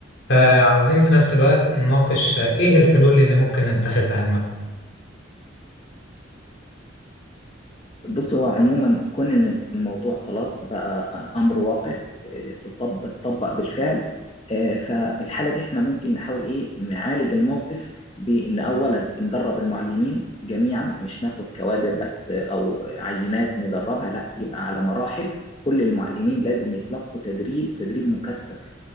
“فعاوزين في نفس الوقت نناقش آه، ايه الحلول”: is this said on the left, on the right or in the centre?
Left